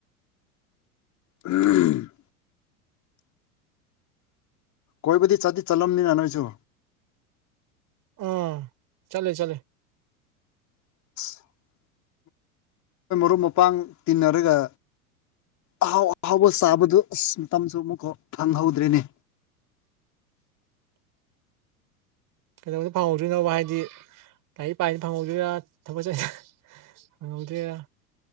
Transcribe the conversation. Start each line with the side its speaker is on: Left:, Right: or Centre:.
Left: ꯎꯝ꯫ ꯀꯣꯏꯕꯗꯤ ꯆꯠꯇꯤ ꯆꯠꯂꯝꯅꯤꯅ ꯅꯣꯏꯁꯨ꯫
Right: ꯎꯪ ꯆꯠꯂꯦ ꯆꯠꯂꯦ꯫
Left: <unintelligible> ꯑꯩꯈꯣꯏ ꯃꯔꯨꯞ ꯃꯄꯥꯡ ꯇꯤꯟꯅꯔꯒ ꯑꯍꯥꯎ ꯑꯍꯥꯎꯕ ꯆꯥꯕꯗꯨ ꯑꯁ ꯃꯇꯝꯁꯨ ꯑꯃꯨꯛ ꯐꯪꯍꯧꯗ꯭ꯔꯤꯅꯦ꯫
Right: ꯀꯩꯗꯧꯕꯗ ꯐꯪꯍꯧꯗ꯭ꯔꯤꯅꯣꯕ ꯍꯥꯏꯗꯤ ꯂꯥꯏꯔꯤꯛ ꯄꯥꯏꯉꯩꯅ ꯐꯪꯍꯧꯗꯣꯏꯔꯥ ꯊꯕꯛ ꯆꯠꯂꯤꯉꯩ ꯐꯪꯍꯧꯗ꯭ꯔꯤꯔꯥ꯫